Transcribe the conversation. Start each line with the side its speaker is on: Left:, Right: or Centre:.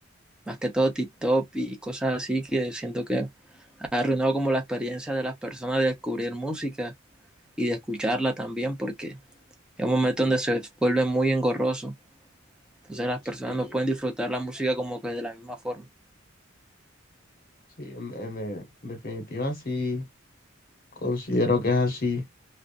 Centre: más que todo TikTok y cosas así, que siento que ha arruinado como la experiencia de las personas de descubrir música y de escucharla también, porque es un momento donde se vuelve muy engorroso. Entonces las personas
Left: Sí,
Centre: no pueden disfrutar la música como que de la misma forma.
Left: sí, en, en, eh, en definitiva sí, considero que es así.